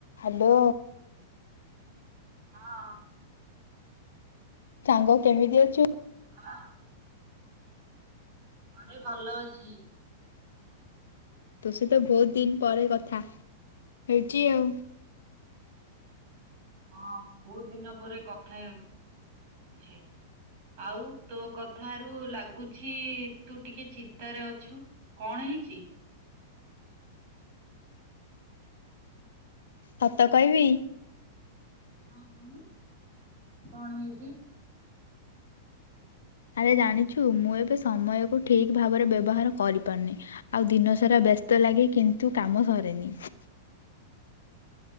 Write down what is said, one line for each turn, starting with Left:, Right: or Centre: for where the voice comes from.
Left: Hello.
Right: ହଁ।
Left: ସାଙ୍ଗ କେମିତି ଅଛୁ?
Right: ହଁ। ହଁ ରେ ଭଲ ଅଛି।
Left: ତୋ ସ ହିତ ବହୁତ ଦିନ ପରେ କଥା ହେଉଛି ଆଉ।
Right: ହଁ ବହୁତ ଦିନ ପରେ କଥା ହେଉଛି। ଆଉ ତୋ କଥାରୁ ଲାଗୁଛି ତୁ ଟିକେ ଚିନ୍ତାରେ ଅଛୁ। କଣ ହେଇଚି?
Left: ସତ କହିବି।
Right: ହଁ କହୁନୁ କଣ ହେଇଚି?
Left: ଆରେ ଜାଣିଛୁ ମୁଁ ଏବେ ସମୟକୁ ଠିକ୍ ଭାବରେ ବ୍ୟବହାର କରିପାରୁନି। ଆଉ ଦିନସାରା ବ୍ୟସ୍ତ ଲାଗେ କିନ୍ତୁ କାମ ସରେନି।